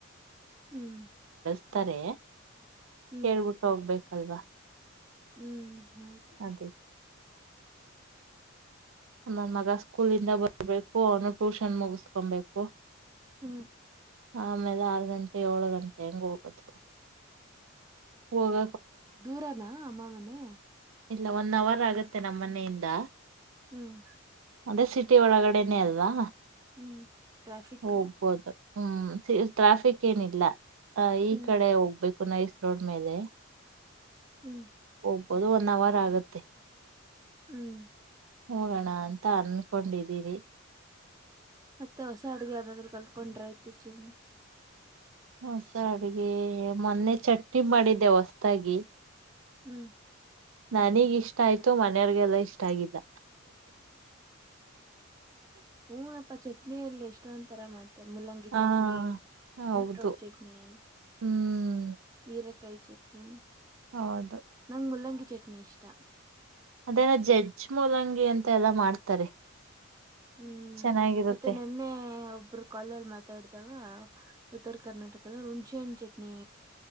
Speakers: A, on the right (about 15°); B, on the right (about 75°).
A: ಹ್ಮ್
B: ತ್ತರೆ
A: ಹ್ಮ್
B: ಹೇಳ್ಬಿಟ್ಟು ಹೋಗ್ಬೇಕಲ್ವಾ
A: ಹ್ಮ್ ಹೌದು
B: ಹದ ನನ್ ಮಗ ಸ್ಕೂಲ್ಂದ ಬರ್ಬೇಕು ಅವನು ಟ್ಯೂಷನ್ ಮುಗಿಸು ಕೊಬೇಕು
A: ಹ್ಮ್
B: ಆ ಆಮೇಲೆ ಆರ್ ಗಂಟೆ ಏಳು ಗಂಟೆ ತೆಂಗುಕಥ ಹೋಗ
A: ದೂರನಾ ಅಮ್ಮ ಮನೆ
B: ಇಲ್ಲ ಒನ್ ಅವರ್ ಆಗತ್ತೆ ನಮ್ಮ್ ಮನೆಯಿಂದ
A: ಹ್ಮ್
B: ಅದೇ ಸಿಟಿ ಒಳಗಡೆನೇ ಅಲ್ವಾ
A: ಹ್ಮ್ ಟ್ರಾಫಿಕು
B: ಹೋಗ್ಬೋದು ಹ್ಮ್ ಟ್ರಾಫಿಕ್ ಏನಿಲ್ಲ ಈ
A: ಹ್ಮ್
B: ಕಡೆ ಹೋಗ್ಬೇಕು ನೈಸ ರೋಡ್ಮೇಲೆ
A: ಹ್ಮ್
B: ಹೋಗ್ಬೋದು ಒನ್ ಅವರ್ ಆಗತ್ತೆ
A: ಹ್ಮ್
B: ಹೋಗೋಣ ಅಂತ ಅನ್ಕೊಂಡಿದ್ದೀರಿ.
A: ಮತ್ತೆ ಹೊಸ ಅಡ್ಗೆ ಯಾವ್ದಾದ್ರು ಕಲ್ತ್ಕೊಂಡ್ ಇತ್ತೀಚಿಗಿ.
B: ಹೊಸ ಅಡ್ಗೆ ಮೊನ್ನೆ ಚಟ್ನಿ ಮಾಡಿದ್ದೆ ಹೊಸದಾಗಿ.
A: ಹ್ಮ್
B: ನನಗ್ ಇಷ್ಟ ಆಯ್ತು ಮನೆಯವಗೆಲ್ಲಾ ಇಷ್ಟ ಆಗಿಲ್ಲ
A: ಹಊನಪ್ಪ ಚ ಚಟ್ನಿಯಲ್ಲಿ ಎಷ್ಟೊಂದ ತರ ಮಾಡ್ತಾರೆ ಮೂಲ್ಲಂಗಿ
B: ಹಾ
A: ಚಟ್ನಿ
B: ಹೌದು
A: ಬೀಟ್ರೂಟ್ ಚಟ್ನಿ
B: ಹ್ಮ್
A: ಸೀರಕಾಯಿ ಚಟ್ನಿ
B: ಹೌದು
A: ನಂಗ್ ಮಲ್ಲಂಗಿ ಚಟ್ನಿ ಇಷ್ಟ
B: ಅದನ ಜಜ್ ಮೂಲಂಗಿ ಅಂತ ಎಲ್ಲಾ ಮಾಡ್ತಾರೆ
A: ಹ್ಮ್
B: ಚೆನ್ನಾಗಿರುತ್ತೆ
A: ಮತ್ತೆ ನಿನ್ನೆ ಒಬ್ರು ಕಲ್ಲಲ್ಲಿ ಮಾತಾಡಿದಾಗ ಉತ್ತರ ಕರ್ನಾಟಕದ ಹುಣಸೆಹಣ್ಣು ಚಟ್ನಿ